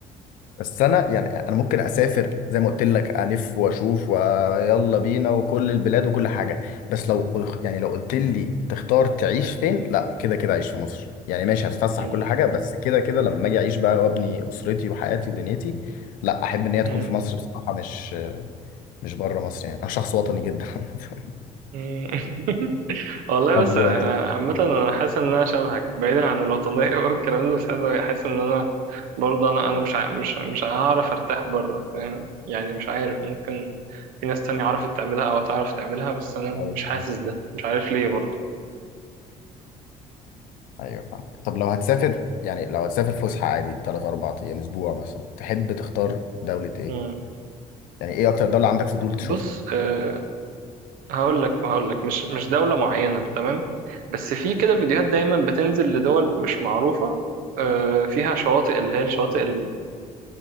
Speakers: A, on the left; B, on the right.
A: بس انا يعني انا ممكن اسافر زي ما قلت لك الف واشوف ويلا بينا وكل البلاد وكل حاجه بس لو يعني لو قلت لي تختار تعيش فين لا كده كده اعيش في مصر يعني ماشي هتفسح
B: مم.
A: وكل حاجه بس كده كده لما اجي اعيش بقى وابني اسرتي وحياتي ودنيتي لا احب ان هي
B: مم.
A: تكون في مصر بصراحه مش مش بره مصر يعني انا شخص وطني جدا <laughs>
B: مم. <laughs> والله
A: طب
B: بس
A: و
B: انا عامه انا حاسس ان انا شبهك بعيدا عن الوطنيه <laughs> والكلام ده بس حاسس حاسس ان انا برضه انا انا مش ع- مش مش هعرف ارتاح بره فاهم يعني مش عارف ممكن في ناس تانية عرفت تعملها او تعرف تعملها بس انا
A: ايوه
B: مش حاسس
A: فاهم.
B: ده مش عارف ليه برضه
A: أيوة فاهم. طب لو هتسافر يعني لو هتسافر فسحه عادي 3 4 ايام اسبوع مثلا تحب تختار دوله ايه
B: مم.
A: يعني ايه اكتر دولة عندك فضول تشوفها؟
B: بص أه هقول لك هقول لك مش مش دوله معينه تمام بس في كده فيديوهات دايما بتنزل لدول مش معروفه أه فيها شواطئ اللي هي الشواطئ اللي